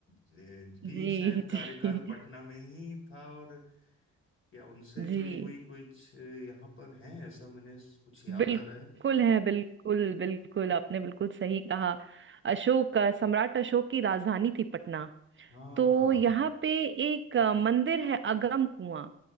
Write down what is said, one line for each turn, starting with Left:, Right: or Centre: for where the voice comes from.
Left: <laughs> भी
Right: जी
Left: शायद कार्यकाल
Right: <laughs> जी
Left: पटना में ही था और क्या उनसे
Right: जी
Left: जुड़ी हुई कुछ यहाँ पर है ऐसा मैंने कुछ याद
Right: बिल्कुल
Left: आ रहा है
Right: है बिल्कुल बिल्कुल आपने बिल्कुल सही कहा अशोक अ, सम्राट अशोक की राजधानी थी पटना
Left: हाँ
Right: तो यहाँ पे एक अ, मंदिर है अगम कुआं